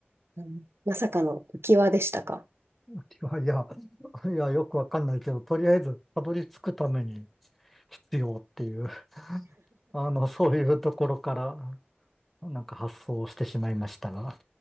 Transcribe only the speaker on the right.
うんまさかの浮き輪でしたか。